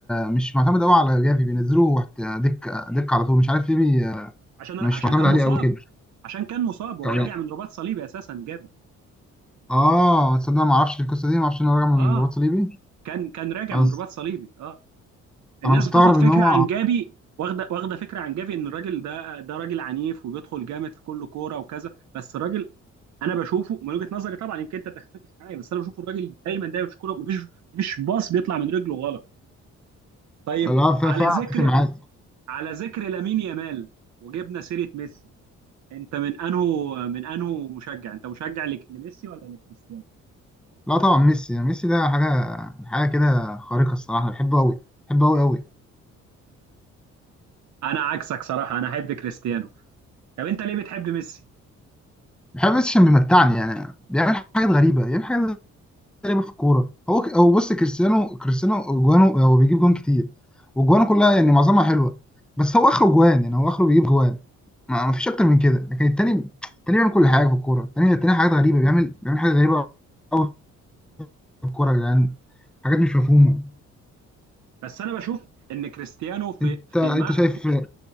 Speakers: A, in the centre; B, on the right.
A: مش معتمد قوي على جافي بينزلوه وحت- دك دك على طول مش عارف ليه بي
B: عشان
A: مش
B: عشان
A: معتمد
B: كان
A: عليه
B: مصاب
A: قوي كده
B: عشان كان مصاب هو
A: يعني
B: راجع من رباط صليبي اساسا جابي
A: اه تصدق ما اعرفش القصه دي ما اعرفش ان هو راجع من
B: اه
A: الرباط الصليبي
B: كان كان راجع
A: بس
B: من رباط صليبي اه الناس
A: انا مستغرب
B: بتاخد فكره
A: ان هو
B: عن جابي واخده واخده فكره عن جافي ان الراجل ده ده راجل عنيف وبيدخل جامد في كل كوره وكذا بس الراجل انا بشوفه من وجهه نظري طبعا يمكن انت تختلف معايا بس انا بشوف الراجل دايما دايما في كوره مفيش مفيش باص بيطلع من رجله غلط طيب
A: لا ف-
B: على
A: فعلا
B: ذكر
A: اتفق معاك
B: على ذكر لامين يامال وجبنا سيره ميسي انت من انهو من انهو مشجع انت مشجع لك- لميسي ولا لكريستيانو
A: لا طبعا ميسي يعني ميسي ده حاجه حاجه كده خارقه الصراحه بحبه قوي بحبه قوي قوي
B: انا عكسك صراحه انا احب كريستيانو طب انت ليه بتحب ميسي
A: بحب ميسي عشان بيمتعني يعني بيعمل حاجات غريبه بيعمل حاجات تقريبا في الكوره هو ك- هو بص كريستيانو كريستيانو جوانه هو بيجيب جوان كتير وجوانه كلها يعني معظمها حلوه بس هو اخره جوان يعني هو اخره بيجيب جوان ما ما فيش اكتر من كده لكن التاني التاني بيعمل كل حاجه في الكوره التاني التاني حاجات غريبه بيعمل بيعمل حاجات غريبه قوي في الكوره يا جدعان حاجات مش مفهومه
B: بس انا بشوف ان كريستيانو في
A: انت
B: في
A: انت
B: ما
A: شايف
B: في